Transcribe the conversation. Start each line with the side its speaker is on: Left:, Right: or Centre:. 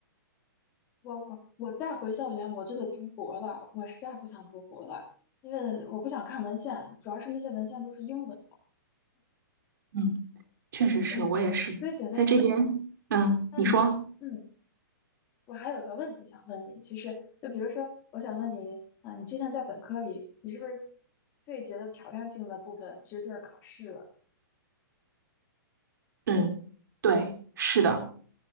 Left: 我我我再回校园，我就得读博了。我实在不想读博了，因为我不想看文献，主要是那些文献都是英文的。
Right: 嗯。确实是我也是在这边，
Left: 嗯，所以姐妹，
Right: 嗯，
Left: 那你，
Right: 你说，
Left: 嗯，我还有个问题想问你。其实，就比如说，我想问你啊，你之前在本科里，你是不是最觉得挑战性的部分其实就是考试了？
Right: 嗯，对，是的，